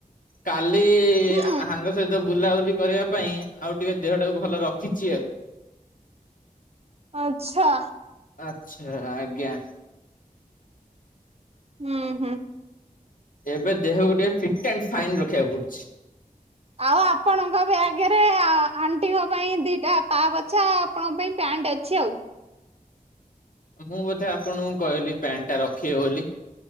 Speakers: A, on the left; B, on the right.
A: କାଲି
B: ହୁଁ।
A: ଆ ହାଙ୍ଗ ସହିତ ବୁଲାବୁଲି କରିବା ପାଇଁ ଆଉ ଟିକେ ଦେହଟାକୁ ଭଲ ରଖିଚି ଆଉ।
B: ଆଚ୍ଛା।
A: ଆଛା ଆଜ୍ଞା।
B: ଉଁ ହୁଁ।
A: ଏବେ ଦେହକୁ ଟିକେ ଫିଟ ଆଣ୍ଡ ଫାଇନ ରଖିବାକୁ ପଡୁଚି।
B: ଆଉ ଆପଣଙ୍କ ବ୍ୟାଗରେ ଆ ଆଣ୍ଟିଙ୍କ ପାଇଁ ଦିଟା ପାଆ ପୋଛା ଆଉ ଆପଣଙ୍କ ପାଇଁ ପ୍ୟା ଣ୍ଟ୍ ଅଛି ଆଉ।
A: ମୁଁ ବୋଧେ ଆପଣଙ୍କୁ କହିଲି ପ୍ୟାଣ୍ଟଟା ରଖିବେ ବୋଲି।